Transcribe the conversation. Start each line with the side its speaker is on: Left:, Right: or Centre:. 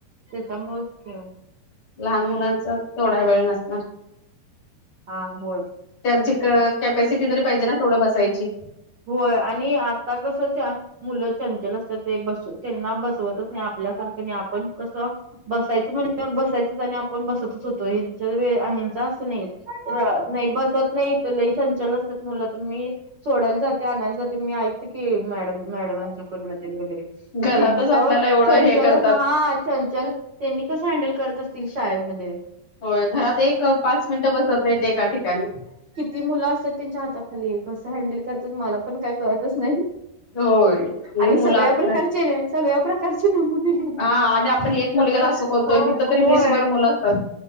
Right: त्याच्यामुळेच खे
Left: लहान मुलांचं तेवढा वेळ नसणार
Right: हा होळ
Left: त्यांची कॅपॅसिटी जरी पाहिजे ना थोडं बसायची
Right: होय आणि आता कसच मुलं चंचल असतात ते बस त्यांना बसवतच नाही आपल्यासारखे नाही आपण कसं बसायचं म्हणज बसायचंच आणि आपण बसतच होतो हचा वेळचा नाही नाही बसत नाही लई चंचल असतात मुलं तर मी सोडायला जाते आणायला जाते मी ऐकते की मॅड मॅडमांच्याकडूनम वगैरे
Left: घरातच
Right: ते नाही
Left: आपल्याला
Right: तर
Left: एवढं
Right: चंचलच
Left: हे करतात
Right: हा चंचल त्यांनी कसं हँडल करत असतील शाळेमध्ये
Left: होय घरात एक पाच मिनिटं बसत नाहीत एका ठिकाणी
Right: ती मुलं असतात त्यांच्या हाताखाली कसं हँडल करतात मला पण काय कळतच नाही
Left: होय लई
Right: आणि
Left: मुलं
Right: सगळ्या
Left: आता
Right: प्रकारचे र सगळ्या प्रकार करचे नमुने
Left: हा आणि आपण
Right: सगळ
Left: एक मुलग्याला असं करतोय
Right: होय
Left: तिथं तरी
Right: होय
Left: वीसभर मुलं असतात